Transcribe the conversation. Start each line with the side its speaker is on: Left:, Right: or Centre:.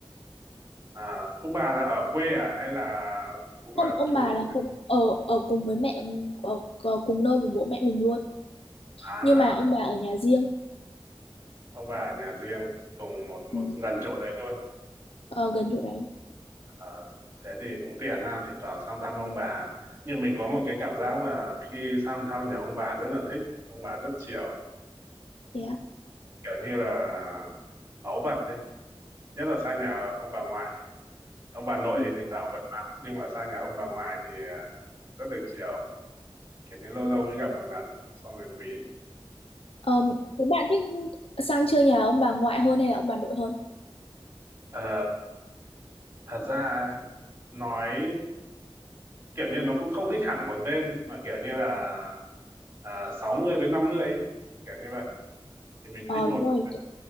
Right: à, ông bà là ở quê à hay là cũng ở
Left: Không, ông
Right: chung
Left: bà
Right: chỗ
Left: là cũng ở ở cùng với mẹ ở, ở cùng nơi với bố mẹ mình luôn.
Right: à
Left: Nhưng mà ông bà ở nhà riêng.
Right: ông bà ở nhà riêng cùng một một
Left: Ừ.
Right: gần chỗ đấy luôn
Left: Ờ, gần chỗ đấy.
Right: à, thế thì cũng tiện ha thỉnh thoảng sang thăm ông bà nhưng mình có một cái cảm giác là khi sang thăm nhà ông bà rất là thích ông bà rất chiều
Left: Thế á.
Right: kiểu như là báu vật đấy nhất là sang nhà ông bà ngoại ông bà nội
Left: Ừ.
Right: thì thỉnh thoảng vẫn mắng nhưng mà sang nhà ông bà ngoại thì à, rất được chiều kiểu như lâu lâu mới gặp một lần xong rồi quý
Left: Ờ, Thế bạn thích sang chơi nhà ông bà ngoại hơn hay là ông bà nội hơn?
Right: Ờ, thật ra nói kiểu như nó cũng không thích hẳn một bên mà kiểu như là uh, 60 với 50 ấy, kiểu như vậy thì mình
Left: Ờ
Right: thích một
Left: đúng rồi.
Right: bên
Left: kiểu,